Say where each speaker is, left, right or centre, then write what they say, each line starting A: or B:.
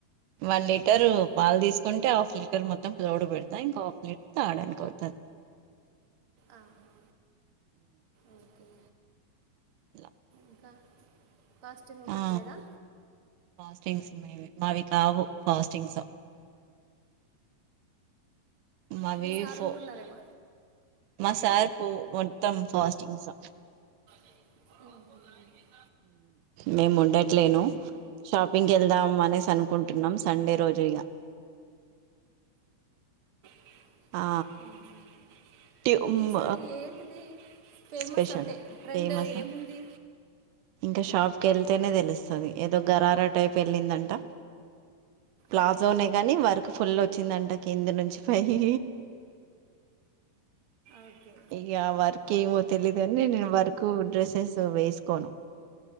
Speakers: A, on the right (about 85°); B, on the right (about 50°).
A: వన్ లీటరు
B: ఉం.
A: పాలు తీసుకుంటే ఆఫ లీటర్ మొత్తం తోడు పెడతా ఇంకా లీటర్ తాగడానికి అవుతది
B: ఆహా ఓకే
A: అలా
B: ఇంకా ఫాస్టింగ్ ఉండట్లేదా
A: ఆ ఫాస్టింగ్స్ మవి మావి కావు ఫాస్టింగ్స్ మావి
B: అ మీ సార్
A: ఫో
B: ఉంటున్నారేమ
A: మా సార్ మొత్తం ఫాస్టింగ్స్
B: ఓహ
A: మేము ఉండట్లేను షాపింగ్కి వెళ్దాం అనేసి అనుకుంటున్నాం సండే రోజు ఇగ
B: ఆహ
A: ఆ ట్యూ మ్
B: ఈసారి ఏంటిది ఫేమస్
A: స్పెషల్
B: అంటే ట్రెండ్
A: ఫేమసా
B: ఏముంది
A: ఇంకా షాపుక్ వెళ్తేనే తెలుసస్తాది ఏదో గరారా టైప్ వెళ్ళిందంట ప్లాజోనే
B: ఆహా
A: గానీ వర్క్ ఫుల్ వ వచ్చిందంట కింద నుంచి పైయ్
B: ఓకే
A: ఇక వర్క్ ఏమో తెలీదుకానీ నేను వర్కు డ్రెస్సెస్ తో వేసుకోను